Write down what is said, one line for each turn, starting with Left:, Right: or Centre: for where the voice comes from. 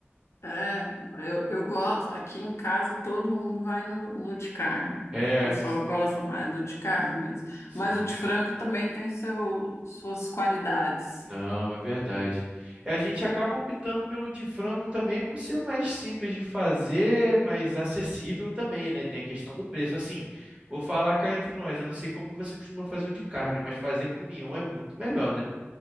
Left: É, eu, eu gosto. Aqui em casa todo mundo vai no, no de carne.
Right: É,
Left: O pessoal
Right: s-
Left: gosta mais do de carne mesmo.
Right: sim.
Left: Mas o de frango também tem seu, suas qualidades.
Right: Não, é verdade. É, A gente acaba optando pelo de frango também por ser mais simples de fazer, mais acessível também, né? Tem a questão do preço. Assim, vou falar cá entre nós, eu não sei como que você costuma fazer o de carne, mas fazer com mignon é muito melhor, né?